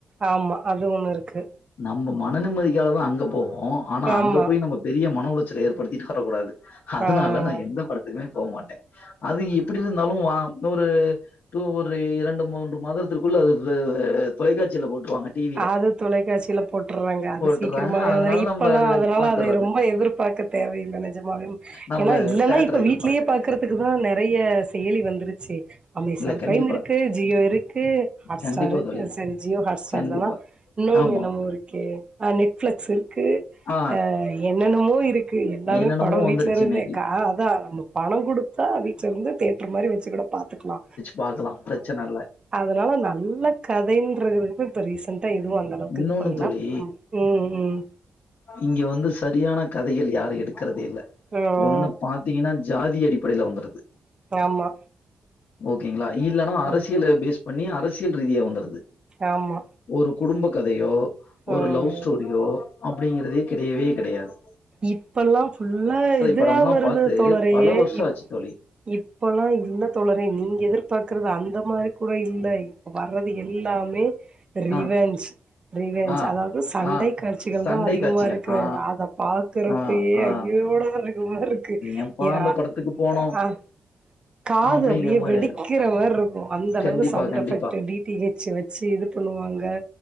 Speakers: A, on the right; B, on the left.
A: ஆம்மா அது ஒண்ணு இருக்கு
B: நம்ம மன நிம்மதிக்காக தான் அங்க போவோம் ஆனா
A: ஆமா
B: அங்க போய் நமக்கு... பெரிய மன உளைச்சலை ஏற்படுத்திட்டு வரக்கூடாது அதனால
A: ஆ
B: நா எந்த படத்துக்குமே போ மாட்டே அது எப்டி இருந்தாலு அ ஒரு டு ஒரு இரண்டு மூன்று மாதத்திற்குள்ள அது தொலைக்காட்சியில போட்டுருவாங்க டிவில
A: அது தொலைக்காட்சியில போட்டுறாங்க அது
B: போட்டுர்றாங்க.
A: சீக்கிரமாவே
B: அதனால
A: வந்துடு இப்பெல்லா
B: நம்ம அது
A: அதனால
B: பாத்துர்றது.
A: அதை ரொம்ப எதிர்ப் பாக்க தேவையில்ல நிஜமாவேவும்
B: நம்ம
A: ஏன்னா இல்லன்னா
B: தியேட்டர
A: இப்ப
B: எதிர்பார்க்க
A: வீட்லயே பாக்குறதுக்குதா
B: கிடையாது.
A: நெறைய டெய்லி வந்துருச்சே அமேசான்
B: இல்ல கண்டிப்பா.
A: பிரைம் இருக்கு ஜியோ இருக்கு ஹாட்ஸ்டார்
B: கண்டிப்பா
A: இருக்கு
B: தோழி.
A: சோரி ஜியோ ஹாட்ஸ்டார் சாரிதானா
B: கண்டிப்பா.
A: இன்னொன்னு
B: ஆமா.
A: என்னமோ இருக்கே அ நெட் பிளிக்ஸ் இருக்கு
B: ஆ
A: அ என்னென்னமோ இருக் கு எல்லாமே
B: என்னென்னமோ
A: படம்
B: வந்துருச்சு
A: வீட்டுல இருந்தே
B: இன்னைக்கு.
A: கா அதா நம்ம பணம் குடுத்தா வீட்ல இருந்து தியேட்டர் மாரி வச்சுக்கணு பாத்துக்கலா
B: பாகலா பிரச்சன இல்ல
A: அதனால நல்ல கதைன்றது இப்ப ரீசண்டா எதுவு வல்ல ஓரளவுக்கு
B: இன்னொன்னு
A: இது பண்ணல
B: தோழி,
A: ம் ம்
B: இங்க வந்து சரியான கதைகள் யாரு எடுக்கறதே இல்ல
A: ம்
B: ஒன்னு பாத்தீங்கன்னா ஜாதி அடிப்படையில வந்துறது
A: ஆமா
B: ஓகேங்களா இல்லன்னா அரசியல
A: ம்
B: பேஸ் பண்ணி அரசியல் ரீதியா வந்துறது
A: ஆமா
B: ஒரு குடும்ப கதையோ ஒரு
A: ம்
B: லவ் ஸ்டோரியோ அப்டிங்கிறதே கெடையவே கெடையாது
A: இப்பெல்லா ஃபுல்ல இதா
B: படம்லாம்
A: வருது
B: பார்த்து
A: தோழரா
B: பல வருஷம்
A: இப்
B: ஆச்சு தோழி
A: இப்ப எல்லா இல்ல தோழர நீங்க எதிர்பாக்கறது அந்த மாரி கூட இல்ல இப் வர்றது எல்லாமே ரிவஞ்ச்
B: ஆ
A: ரிவெஞ்ச்
B: ஆ
A: அதாவது சண்டை
B: ஆ
A: காட்சிகள்
B: சண்டை
A: தா அதிகமா
B: காட்சிகள்
A: இருக்கு
B: ஆ
A: அதப் பாக்குறப்பயே
B: ஆ ஆ
A: ஐயோட இருக்கமா இருக்கு
B: ஏன்பா
A: யா
B: அந்த படத்துக்கு போனோம்
A: அ காது
B: அப்படிங்கிற
A: அப்டியே
B: மாதிரி
A: வெடிக்கிற மாரி இருக்கு அந்த அளவுக்கு
B: கண்டிப்பா
A: சவுண்ட்
B: கண்டிப்பா
A: எஃபெக்ட்டு டி டி ஹச் வெ ச்சி இது பண்ணுவாங்க